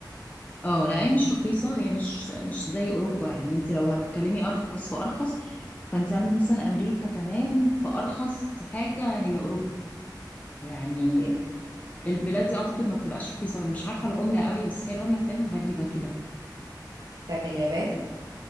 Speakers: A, on the left (about 20°); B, on the right (about 65°).
A: اه لا هي مش رخيصه هي مش مش زي اوروبا يعني انت لو هتتكلمي ارخص فارخص فانت عندك مثلا امريكا تمام فارخص حاجه هي اوروبا يعني
B: كتيرة
A: البلاد دي اعتقد ما بتبقاش رخيصه انا مش عارفه العمله قوي بس هي العمله بتاعتهم غريبه كده
B: بتاعت اليابان